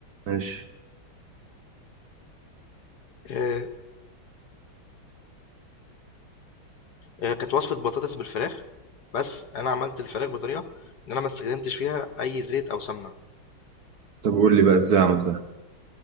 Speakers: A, on the right; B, on the left.
A: ماشي
B: آه، آه، كانت وصفه بطاطس بالفراخ بس انا عملت الفراخ بطريقه ان انا ما استخدمتش فيها اي زيت او سمنه
A: طب قول لي بقى ازاي عملتها